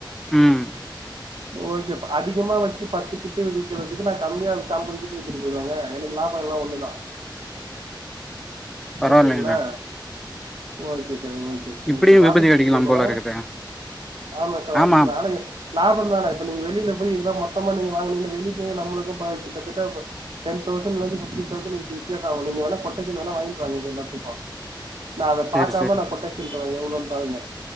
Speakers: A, in the centre; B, on the right.
A: உம்
B: ஓகேப்பா அதிகமா வச்சு பத்துக்கிட்டு விக்கறதுக்கு நான் கம்மியா வச்சி அம்பது கிட்டு வித்துட்டு போயிருவேனே எனக்குலாபம்ல்லாம் ஒண்ணுதான்
A: பரவாயில்லைங்க.
B: ஓகேங்களா okay <unintelligible> okay sir okay
A: இப்படியும்
B: sir சாப்ட்டுட்டு
A: விபதி அடிக்கலாம்
B: இருக்கீங்க போல
A: இருக்குதே.
B: ஆமா சார் அடிக்கல
A: ஆமாம்.
B: ஆனா லாபந்தானே இப்ப நீங்க வெளில போய் இந்த <unintelligible> ஆமா நீங்க வாங்குனீங்கன்னா வெளிக்கு நமக்கு கிட்டத்தட்ட டென் தௌசண்ட்லந்து ஃபிஃப்டீன் தௌசண்ட் வரக்கி வித்தியாசோ ஆவு நீங்க வேண்ணா கொட்டேஷன் வேணா வாங்கிட்டு வாங்க இது எல்லாத்துக்கு நா அத பாக்காம
A: சரி, சரி.
B: நா கொட்டேஷன் தர எவ்ளோன்னு பாருங்க